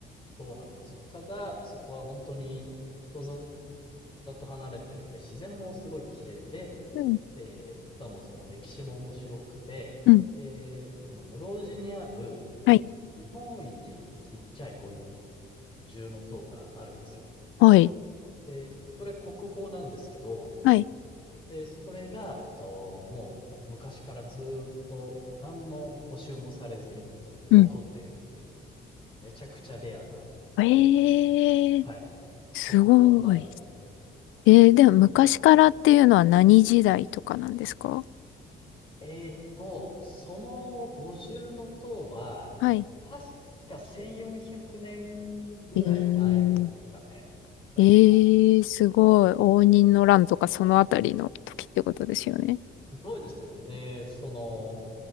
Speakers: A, on the left; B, on the left.
A: そうなんですよ。ただ、そこは本当に人里里と離れてるんで、自然もすごい綺麗で、
B: うん。
A: えーしかもその歴史も面白くて、
B: うん。
A: で、その室生寺にある
B: はい。
A: 日本一ちっちゃい五重の塔があるんですよ。
B: はい。
A: で、それ国宝なんですけど、
B: はい。
A: で、それが、えっと、もう昔からずーっと何の補修もされずに残ってるっていう、
B: うん。
A: めちゃくちゃレアな、
B: ええー、
A: はい、
B: すごい。
A: 国宝なんですよ。
B: えー、でも昔からっていうのは何時代とかなんですか
A: なんか、えーっと、その50の塔は、
B: はい。
A: 確か1400年ぐらい前ですかね。
B: えー、
A: 確か。
B: ええー、すごい。応仁の乱とかそのあたりの時ってことですよね。
A: す、すごいですよね。で、その、